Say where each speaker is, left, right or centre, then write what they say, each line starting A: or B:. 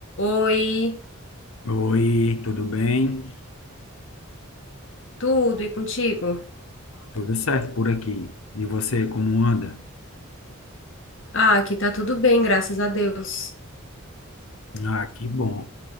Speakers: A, on the left; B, on the left.
A: Oi,
B: Oi, tudo bem?
A: tudo e contigo?
B: Tudo certo por aqui. E você, como anda?
A: Ah, aqui tá tudo bem, graças a Deus.
B: Ah, que bom.